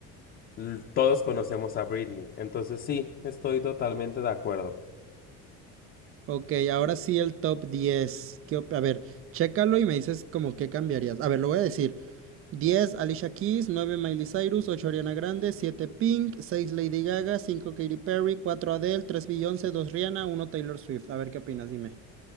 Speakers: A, on the left; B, on the right.
A: l- todos conocemos a Britney. Entonces sí, estoy totalmente de acuerdo.
B: Ok, ahora sí el top 10. ¿Qué op- a ver, chécalo y me dices como qué cambiarías. A ver, lo voy a decir. 10, Alicia Keys, 9, Miley Cyrus, 8, Ariana Grande, 7, Pink, 6, Lady Gaga, 5, Katy Perry, 4, Adele, 3, Beyoncé, 2, Rihanna, Uno, Taylor Swift. A ver qué opinas, dime.